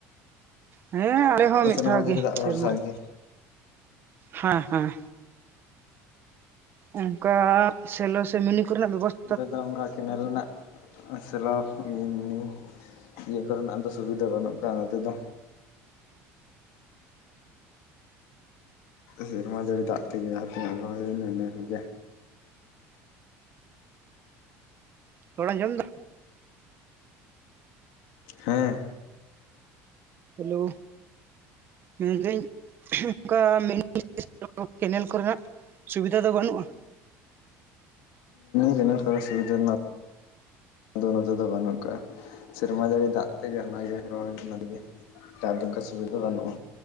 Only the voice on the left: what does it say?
ᱥᱮᱨᱢᱟ
ᱡᱟᱹᱲᱤ
ᱫᱟᱜ ᱵᱷᱚᱨᱥᱟ
ᱜᱮ
ᱱᱚᱛᱮ ᱫᱚ ᱚᱝᱠᱟ ᱠᱮᱱᱮᱞ ᱱᱟᱹᱜ ᱥᱮᱞᱚ ᱤᱭᱟᱹ ᱢᱤᱱᱤ ᱤᱭᱟᱹ ᱠᱚᱨᱮᱱᱟᱜ ᱫᱚ ᱥᱩᱵᱤᱫᱷᱟ ᱵᱟᱹᱱᱩᱜ ᱠᱟᱜᱼᱟ ᱱᱚᱛᱮ ᱫᱚ ᱥᱤᱨᱢᱟ ᱡᱟᱹᱲᱤ ᱫᱟᱜ ᱛᱮᱜᱮ ᱡᱟᱦᱟ ᱛᱤᱱᱟᱹᱜ ᱨᱚᱦᱚᱭ ᱦᱩᱭᱮᱱᱟ ᱤᱱᱟᱹ ᱠᱚᱜᱮ
ᱦᱮᱸ
ᱜᱮᱢᱮᱨ ᱠᱚᱨᱮ ᱥᱩᱵᱤᱫᱷᱟ ᱱᱟᱹᱜ ᱫᱚ ᱱᱚᱸᱛᱮ ᱫᱚ ᱵᱟᱹᱱᱩᱜ ᱠᱟᱜᱼᱟ ᱥᱮᱨᱢᱟ ᱡᱟᱹᱲᱤ ᱫᱟᱜ ᱛᱮᱜᱮ ᱚᱱᱟᱜᱮ ᱨᱚᱦᱚᱭ ᱚᱱᱟ ᱛᱮᱜᱮ ᱴᱟᱹᱜ ᱚᱱᱠᱟ ᱥᱩᱵᱤᱫᱷᱟ ᱵᱟᱹᱱᱩᱜᱼᱟ